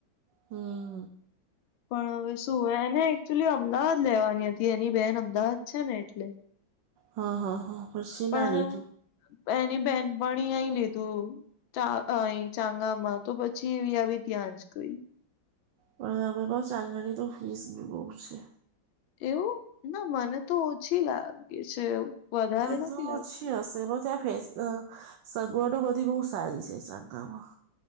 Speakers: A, on the right (about 75°); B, on the left (about 80°).
A: હમ.
B: પણ હવે શું એને એકલી અમદાવાદ લેવાની હતી એની બેન અમદાવાદ છે ને એટલે.
A: હા હા હા, શું
B: પણ
A: ના લીધું?
B: એની બેનપણી એય લીધુ. તા અય ચાંગામાં તો પછી એવી આવી ત્યાં જ ગઈ.
A: પણ <unintelligible> તો ફીસ બી બો છે.
B: એવું ના મને તો ઓછી લાગે છે વધારે
A: આટલો
B: નથી લાગતી
A: જ. હશે બધા ફેસ અ સગવડો બધી બો સારી છે સાંગામાં.